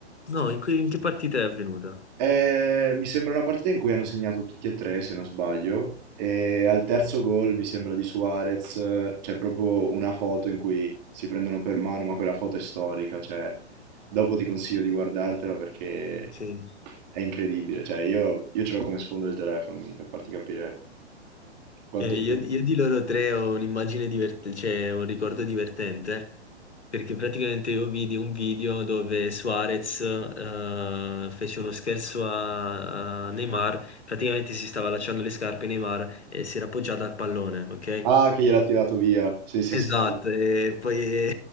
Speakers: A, on the left (about 75°); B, on the right (about 40°).
A: No, in, que- in che partita è avvenuta?
B: Eh, mi sembra una partita in cui hanno segnato tutti e tre, se non sbaglio, e al terzo gol mi sembra di Suarez, eh, c'è proprio una foto in cui si prendono per mano, ma quella foto è storica, cioè dopo ti consiglio di guardartela perché
A: Sì.
B: è incredibile, cioè io, io ce l'ho come sfondo del telefono, quindi per farti capire quanto...
A: Eh, io, io di loro tre ho un'immagine divertente, cioè un ricordo divertente, perché praticamente io vidi un video dove Suarez eh, fece uno scherzo a, a Neymar, praticamente si stava allacciando le scarpe Neymar e si era appoggiata al pallone, ok?
B: Ah, che gliel'ha tirato via, sì sì
A: Esatto,
B: sì, sì.
A: e poi,